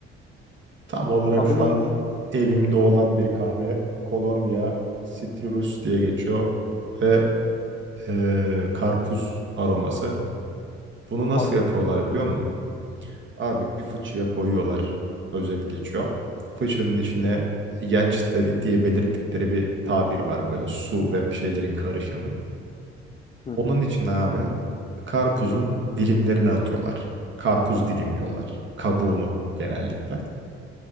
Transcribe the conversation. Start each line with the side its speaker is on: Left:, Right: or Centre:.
Right: Tam olarak
Left: Adı
Right: şu
Left: neydi?
Right: an evimde olan bir kahve Kolombiya Citrus diye geçiyor ve e, karpuz aroması. Bunu nasıl
Left: Hadi
Right: yapıyorlar
Left: ya.
Right: biliyor musun? Abi bir fıçıya koyuyorlar. Özet geçiyor. Fıçının içine yaç de- diye belirttikleri bir tabir var böyle su ve bir şeylerin karışımı.
Left: Hı hı.
Right: Onun içine abi karpuzun dilimlerini atıyorlar. Karpuz dilimliyorlar. Kabuğunu genellikle.